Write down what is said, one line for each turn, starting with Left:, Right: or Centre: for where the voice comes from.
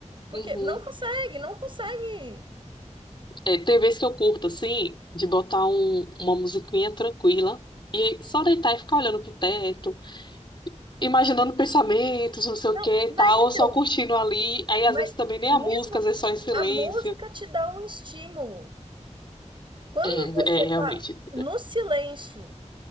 Right: Porque
Left: Uhum.
Right: não consegue, não consegue
Left: É, tem vezes que eu curto, assim, de botar um- uma musiquinha tranquila e só deitar e ficar olhando pro teto, imaginando pensamentos, não sei
Right: Não,
Left: o que e
Right: mas
Left: tal,
Right: então,
Left: ou só curtindo ali. Aí,
Right: mas
Left: às vezes, também nem
Right: mesmo
Left: a música,
Right: assim,
Left: às vezes só em silêncio.
Right: a música te dá um estímulo. Quando
Left: É,
Right: você
Left: é realmente.
Right: tá no silêncio,